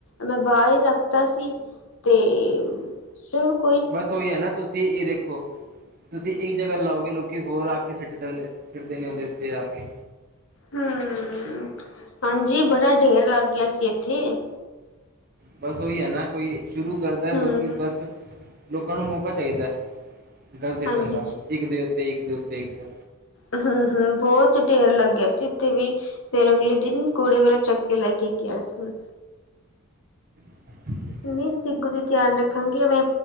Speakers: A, on the left; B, on the right.
A: ਮੈਂ ਬਾਹਰ ਹੀ ਰੱਖਤਾ ਸੀ। ਤੇ ਸ਼ੂ। <unintelligible>
B: ਬਸ ਓਹੀ ਹੈ ਨਾ ਤੁਸੀਂ ਇਹ ਦੇਖੋ। ਤੁਸੀਂ ਇੱਕ ਜਗ੍ਹਾ ਲਾਓਗੇ ਲੋਕੀ ਹੋਰ ਆ ਕੇ ਸਿੱਟ ਦ ਸਿੱਟਦੇ ਨੇ ਉਹਦੇ ਉੱਤੇ ਆ ਕੇ।
A: ਹ ਹਾਂਜੀ ਬੜਾ ਢੇਰ ਲੱਗ ਗਿਆ ਸੀ ਇੱਥੇ।
B: ਬਸ ਉਹੀ ਹੈ ਨਾ ਕੋਈ ਸ਼ੁਰੂ ਕਰਦਾ ਲੋਕੀ
A: ਹਮ
B: ਬਸ। ਲੋਕਾਂ ਨੂੰ ਮੌਕਾ ਚਾਹੀਦਾ ਗੰਦ ਸਿੱਟਣ
A: ਹਾਂਜੀ
B: ਦਾ
A: ਜੀ
B: ਇੱਕ ਦੇ ਉੱਤੇ ਇੱਕ ਦੇ ਉੱਤੇ ਇੱਕ।
A: ਹ ਹ ਬਹੁਤ ਢੇਰ ਲੱਗਿਆ ਸੀ ਇੱਥੇ ਵੀ। ਫੇਰ ਅਗਲੇ ਦਿਨ ਕੁੜੇ ਵਾਲਾ ਚੱਕ ਕੇ ਲੈ ਕੇ ਗਿਆ ਸੀ।
B: <inaudible> <inaudible>
A: ਨਹੀਂ ਅਗੋ ਦੀ ਧਿਆਨ ਰੱਖਾਂਗੇ ਵੇਂ